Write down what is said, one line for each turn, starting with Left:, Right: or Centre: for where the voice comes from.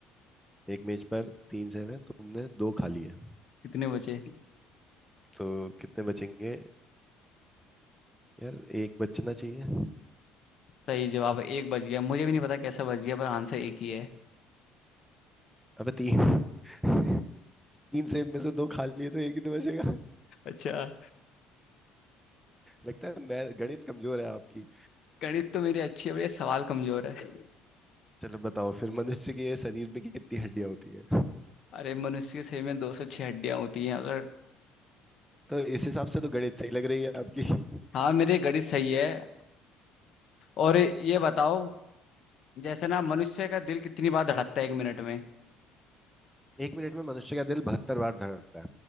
Centre: एक मेज पर तीन सेब है तुमने दो खा लिए
Left: कितने बचे
Centre: तो कितने बचेंगे यार एक बचना चाहिए
Left: सही जवाब है, एक बज गया मुझे भी नहीं पता कैसा बज गया पर आंसर एक ही है
Centre: अबे तीन <laughs> तीन सेब में से दो खा लिए तो एक ही तो बचेगा <laughs>
Left: अच्छा
Centre: लगता है मैं गणित कमजोर है आपकी
Left: गणित तो मेरी अच्छी है पर ये सवाल कमजोर है
Centre: चलो बताओ फिर मनुष्य के शरीर में कितनी हड्डियां होती है
Left: अरे मनुष्य के शरीर में दो सौ छह हड्डियां होती हैं अगर
Centre: तो इस हिसाब से तो गणित सही लग रही है आपकी हम्म,
Left: हाँ मेरे गणित सही है और ये बताओ जैसे ना मनुष्य का दिल कितनी बार धड़कता है एक मिनट में
Centre: एक मिनट में मनुष्य का दिल बहत्तर बार धड़कता है